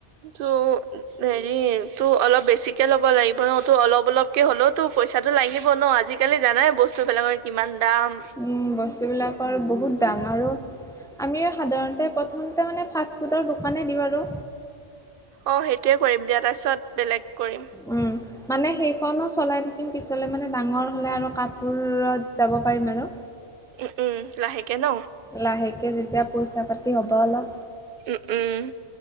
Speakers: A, on the right (about 55°); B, in the centre.
A: ত' হেৰি ত' অলপ বেছিক ল'ব লাগিব ন ত' অলপ-অলপকে হ'লেও ত' পইচাতো লাগিব ন আজিকালি জানাই বস্তুবিলাকৰ কিমান দাম।
B: উম, বস্তুবিলাকৰ বহুত দাম আৰু আমি সাধাৰণতে প্ৰথমতে মানে ফাষ্ট ফুডৰ দোকানে দিওঁ আৰু।
A: অ, সেইটোৱে কৰিম দিয়া তাৰপিছত বেলেগ কৰিম।
B: উম। মানে সেইখনো চলাই থাকিম পিছলে মানে ডাঙৰ হলে আৰু কাপোৰত যাব পাৰিম আৰু।
A: উম উম লাহেকে ন
B: লাহেকে যেতিয়া পইচা-পাতি হব অলপ।
A: উম, উম,